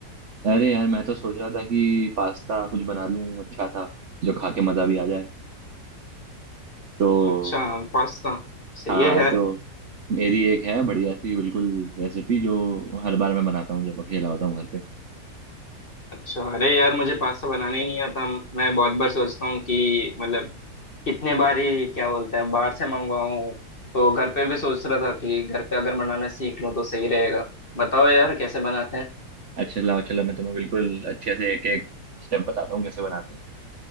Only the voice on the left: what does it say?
अच्छा पास्ता सही
है यार
अच्छा अरे यार मुझे पास्ता बनाना ही नहीं आता मैं बहुत बार सोचता हूँ कि मतलब कितने बार ही क्या बोलते हैं बाहर से मंगवाऊँ तो घर पे भी सोच रहा था कि घर पे अगर बनाना सीख लूँ तो सही रहेगा बताओ यार कैसे बनाते हैं